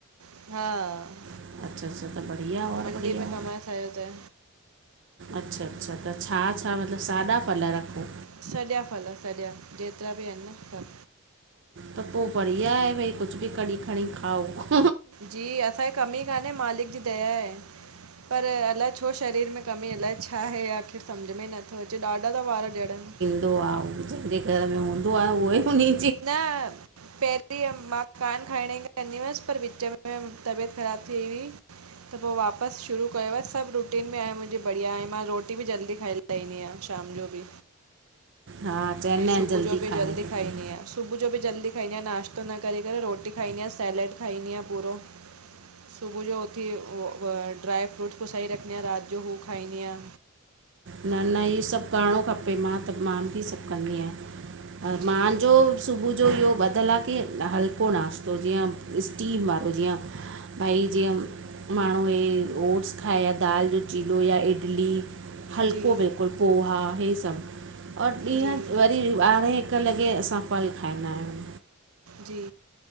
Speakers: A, on the right; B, on the right.
A: हा
B: अच्छा अच्छा <inaudible> और
A: मंडी
B: बढ़िया
A: में कम आ असांजो त
B: अच्छा अच्छा, त छा छा मतलब सादा फल रखो?
A: सॼा फल सॼा जेतरा बि आहिनि न सभ।
B: त पोइ बढ़िया आहे भई कुछ बि कॾहिं खणी खाओ
A: जी, असांखे कमी कान्हे मालिक जी दया आहे पर अलाए छो शरीर में कमी अलाए छा आहे मुखे समझ में ही नथो अचे ॾाढा था वार ॼणन।
B: हूंदो आ जंहिंजे घर में हूंदो आह उहोई उन्ही
A: न पहिरो मां कान खाइण जी कन्दी हुअसि पर विच में मुंजी तबियत ख़राब थी हुई त पो वापसि शुरू कयो आ सभु रुटीन में आ मुंहिंजी बढ़िया आहे मां रोटी बि जल्दी खाईं दी आहियां शाम जो बि,
B: हा चवंदा
A: ऐं
B: आहिनि
A: सुबुह जो बि
B: खाइणु
A: जल्दी
B: खपे
A: खाईंदी आ सुबुह जो बि जल्दी खाईंदी आहियां नाश्तो न करे करे रोटी खाईंदी आहियां सैलैड खाईंदी आहियां पूरो सुबुह जो उथी उहो ड्राई फ्रूट्स पुसाए रखंदी आहियां राति जो हू खाईंदी आ
B: न न इहो सभु करणो खपे मां त मां बि सभु कंदी आहियां
A: जी
B: मांजो सुबुह जो इहो ॿधियलु आ की हलको नाश्तो जीअं स्टीम वारो जीअं भई जीअं माण्हू इहे ओट्स खाए या दाल जो चीलो या इडली हलको
A: जी
B: बिल्कुलु पोहा हे सभु और ॾींहं
A: जी
B: वरी ॿारहें हिक लॻे असां फल खाईंदा आहियूं।
A: जी